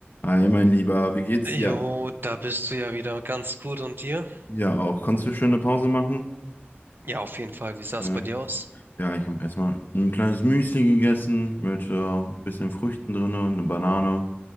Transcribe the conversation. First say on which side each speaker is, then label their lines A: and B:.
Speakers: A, on the left; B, on the right.
A: Hi, mein Lieber, wie geht's dir?
B: Jo, da bist du ja wieder ganz gut und dir?
A: Ja, auch. Konntest du schöne Pause machen?
B: Ja, auf jeden Fall. Wie sah es
A: Ja,
B: bei dir aus?
A: ja ich habe erstmal ein kleines Müsli gegessen mit äh, ein bisschen Früchten drin, eine Banane